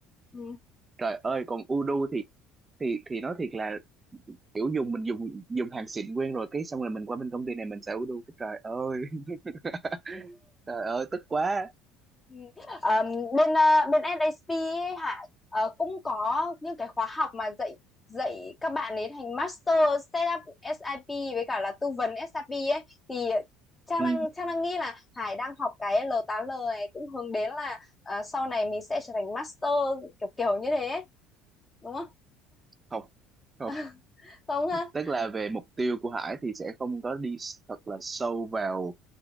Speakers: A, on the left; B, on the right.
A: Ừ.
B: trời ơi còn Udu thì thì thì nói thiệt là kiểu dùng mình dùng dùng hàng xịn quen rồi cái xong rồi mình qua bên công ty này mình xài Udu cái trời ơi <laughs> trời ơi tức quá
A: Ừ. Ờ, bên ờ, bên SAP ấy, Hải ờ, cũng có những cái khóa học mà dạy dạy các bạn ấy thành master setup SIP với cả là tư vấn SIP ấy thì Trang
B: ừ,
A: đang Trang đang nghĩ là Hải đang học cái l tám l này cũng hướng đến là ờ, sau này mình sẽ trở thành master kiểu kiểu như thế ấy. đúng không?
B: không không
A: <laughs> Đúng Không ha?
B: tức là về mục tiêu của Hải thì sẽ không có đi thật là sâu vào